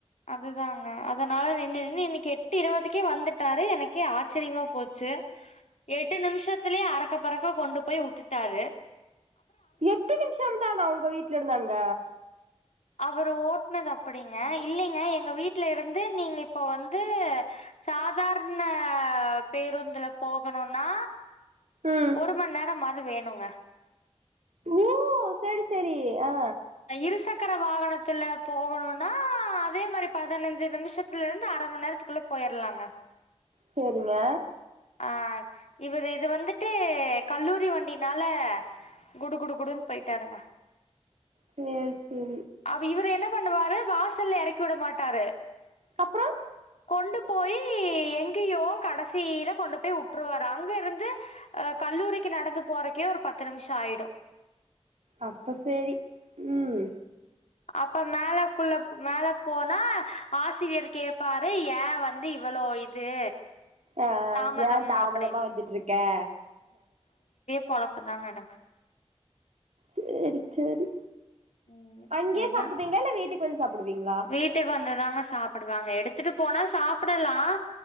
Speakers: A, on the left; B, on the right.
A: அதுதாங்க அதனால நின்னு நின்னு இன்னைக்கு எட்டு இருபதுக்கே வந்துட்டாரு எனக்கே ஆச்சரியமா போச்சு எட்டு நிமிஷத்திலயே அரக்க பறக்க கொண்டு போய் விட்டுட்டாரு
B: எட்டு நிமிஷம் தானா உங்க வீட்டு டுல இருந்து அங்க
A: அவரு ஓட்டுனது அப்படிங்க இல்லைங்க எங்க வீட்டுல இருந்து நீங்க இப்ப வந்து சாதாரண பேருந்துல போகணும்னா
B: ம்
A: ஒரு மணி நேரம் வேணுங்க
B: ஓ செரி சேரி ஆ
A: இரு சக் இருசக்குற வாகனத்துல போகணும்னா அதே மாதிரி பதினஞ்சு நிமிஷத்துல இருந்து அரை மணி நேரத்துக்குள்ள போயிரலாங்க
B: சரிங்க
A: ஆ இவரு இது வந்துட்டு கல்லூரி வண்டினால குடு குடு குடுன்னு போயிட்டாருங்க
B: சரி சரி
A: அப்ப இவரு என்ன பண்ணுவாரு வாசல்ல இறக்கி விட மாட்டாரு
B: அப்புறம்
A: கொண்டு போயி எங்கேயோ கடைசியில கொண்டு போய் விட்டுருவாரு அங்க இருந்து அஹ் கல்லூரிக்கு நடந்து போறக்கே ஒரு பத்து நிமிஷம் ஆயிடும்
B: அப்ப சரி ம்
A: அப்ப மேலக்குள்ள மேல போனா ஆசிரியர் கேட்பாரு ஏன் வந்து இவளோ இது
B: ஆ
A: தாமதம்
B: ஏன் தாமதமா
A: அப்டின்னு
B: வந்துட்டு இருக்கே
A: பொலப்பு தாங்க எனக்கு
B: சேரி சரி
A: ம்
B: அங்கேயே
A: என்ன
B: சாப்பிட்டுப்பீங்களா இல்ல வீட்டுக்கு வந்து சாப்டுவீங்களா
A: வீட்டுக்கு வந்துதாங்க சாப்பிடுவாங்க எடுத்துட்டு போனா சாப்பிடலா